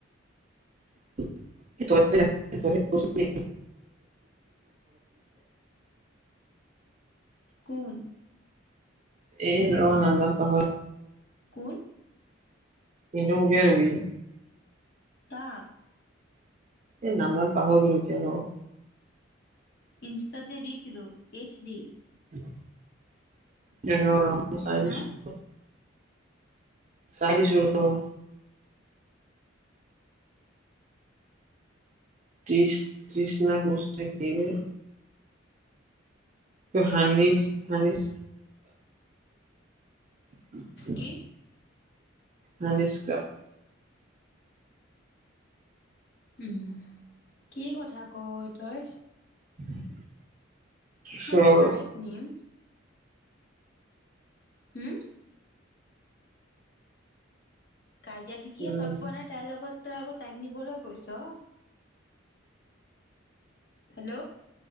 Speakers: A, on the right (about 35°); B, on the left (about 55°).
A: <inaudible>
B: কোন?
A: এই ৰ নাম পাহ
B: কোন?
A: কিন্তু উলিয়াই লবি।
B: তাক
A: এই নাম ডাল পাহৰি গলো এতিয়া ৰ।
B: ইনষ্টাততে দিছিলোঁ, এইচ ডি।
A: এ ৰ, ৰ, মই চাই
B: হা
A: দিছোঁ। চাই দিছো ৰ। ত্ৰিছ ত্ৰিছনা কচ না কি যে। হানিচ, হানিচ <unintelligible>
B: কি?
A: হানিস্কা।
B: উ কি কথা কয় তই।
A: <inaudible> ৰ
B: মই তাইক নিম। হম। কাজিয়া থেকিয়ে
A: উম
B: তৎ পোৱা নাই তাইৰ লগত তই আকৌ তাইক নিবলৈও কৈছ। হেল্ল'।